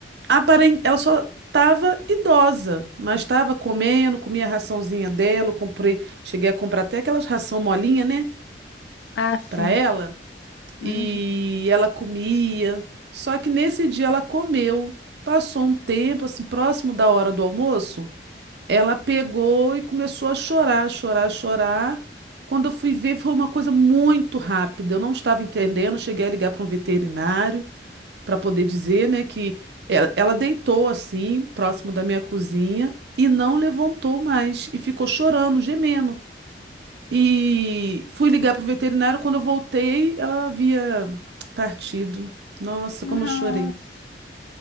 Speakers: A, on the right; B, on the left.
A: aparente, ela só estava idosa, mas estava comendo, comia a raçãozinha dela. eu comprei, cheguei a comprar até aquelas ração molinha, né?
B: Ah, sim.
A: Para ela.
B: Uhum.
A: E ela comia. Só que nesse dia ela comeu. Passou um tempo, assim, próximo da hora do almoço. Ela pegou e começou a chorar, chorar, chorar. Quando eu fui ver, foi uma coisa muito rápida. Eu não estava entendendo. Cheguei a ligar para um veterinário para poder dizer, né, que ela, ela deitou assim, próximo da minha cozinha, e não levantou mais. E ficou chorando, gemendo. E fui ligar para o veterinário. Quando eu voltei, ela havia partido. Nossa, como
B: Nossa,
A: eu chorei.